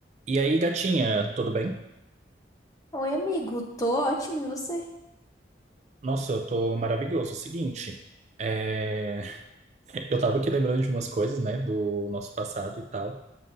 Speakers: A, on the right; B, on the left.
A: E aí, gatinha, tudo bem?
B: Oi, amigo. Tô ótimo, e você?
A: Nossa, eu tô maravilhoso. Seguinte, é, <laughs> eu tava aqui lembrando de umas coisas, né, do nosso passado e tal.